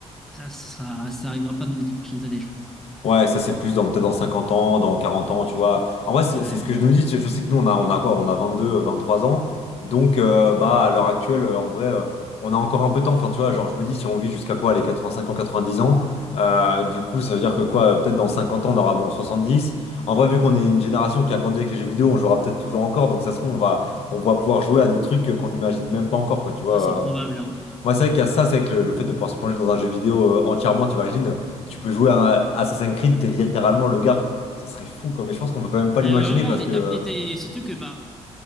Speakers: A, in the centre; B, on the left.
A: ça, ça sera, ça arrivera pas dans les dix prochaines années, je pense.
B: Ouais, ça c'est plus dans peut-être dans 50 ans, dans 40 ans, tu vois. En vrai, c'est
A: Ouais.
B: c'est ce que je nous dis, tu- je sais que nous on a on a quoi? On a 22, euh, trois ans. Donc euh, bah à l'heure actuelle euh, en vrai euh, on a encore un peu de temps. Enfin, tu vois, genre je me dis si on vit jusqu'à quoi les 85 ans, 90 ans, euh, du coup, ça veut dire que quoi euh, peut-être dans 50 ans on aura bon dix En vrai, vu qu'on est une génération qui a grandi avec les jeux vidéo, on jouera peut-être toujours encore. Donc ça se trouve on va on va pouvoir jouer à des trucs euh, qu'on n'imagine même pas encore quoi, tu vois.
A: Ah, c'est probable,
B: euh,
A: hein.
B: moi, c'est vrai qu'il y a ça, c'est vrai que le, le fait de pouvoir se plonger dans un jeu vidéo euh, entièrement, t'imagines, tu peux jouer à un Assassin's Creed, t'es littéralement le gars. Ça serait fou, quoi. Mais je pense qu'on peut même pas
A: Mais
B: l'imaginer
A: vraiment,
B: parce
A: et
B: que,
A: t'as-
B: euh,
A: et t'es- surtout que, bah,